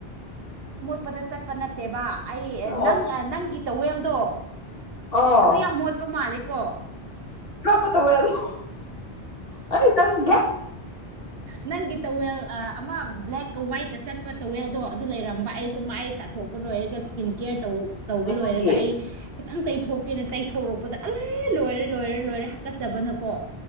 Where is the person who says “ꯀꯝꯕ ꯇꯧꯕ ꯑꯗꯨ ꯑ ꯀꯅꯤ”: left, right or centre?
Left